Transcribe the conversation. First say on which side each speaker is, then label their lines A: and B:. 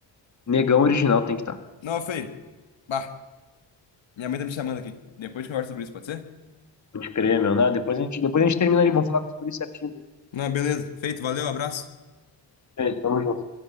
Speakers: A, on the left; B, on the left.
A: Negão original tem que estar.
B: Não, é feio. Bah, minha mãe tá me chamando aqui. Depois a gente conversa sobre isso, pode ser?
A: Pode crer, meu, né? Depois a gente, depois a gente termina ali, vamos falar com os policiais certinho daí.
B: Não, beleza. Feito, valeu, abraço.
A: É, tamo junto.